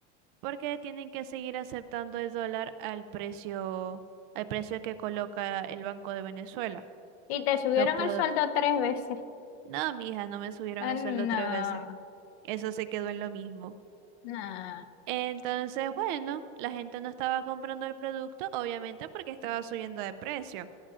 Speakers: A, on the right; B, on the left.
A: porque tienen que seguir aceptando el dólar al precio, al precio que coloca el Banco de Venezuela.
B: Y te subieron
A: No puedo.
B: el sueldo tres veces.
A: No, mi hija, no me subieron
B: Ah,
A: el
B: no.
A: sueldo tres veces. Eso se quedó en lo mismo.
B: Nah.
A: Entonces, bueno, la gente no estaba comprando el producto, obviamente porque estaba subiendo de precio.